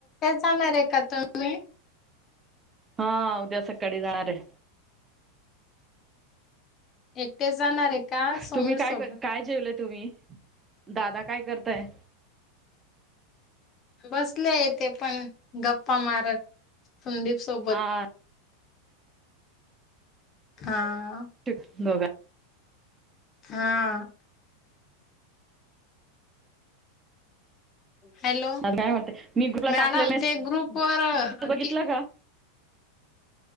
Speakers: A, on the left (about 35°); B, on the right (about 20°).
A: जाणाराय का तुम्ही
B: हा उद्या सकाळी जाणारये
A: एकटे जाणारे का समीर
B: तुम्ही काय
A: सोबत
B: काय जेवले तुम्ही दादा काय करताय
A: बसले ये तेे पण गप्पा मारत संदीप सोबत.
B: हा
A: हा.
B: <unintelligible>
A: हा. हॅलो
B: काय म्हणते मी ग्रुपला
A: मॅडम
B: टाकलेलं नाही
A: ते ग्रुप वर
B: बघितलं
A: की
B: का